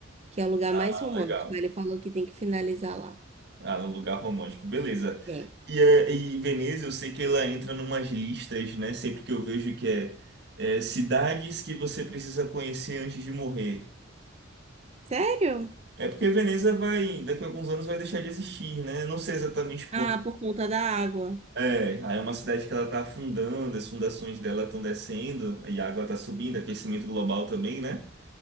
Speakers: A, on the right; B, on the right.
A: que é o lugar
B: Ah,
A: mais romântico.
B: legal.
A: Ele falou que tem que finalizar lá.
B: Ah, um lugar romântico, beleza.
A: É.
B: E, é, e Veneza, eu sei que ela entra numas listas, né? Sempre que eu vejo que é, é, cidades que você precisa conhecer antes de morrer.
A: Sério?
B: É porque Veneza vai, daqui a alguns anos vai deixar de existir, né? Não sei exatamente
A: Ah, por conta da água.
B: É, aí é uma cidade que ela está afundando, as fundações dela estão descendo, e a água está subindo, aquecimento global também, né?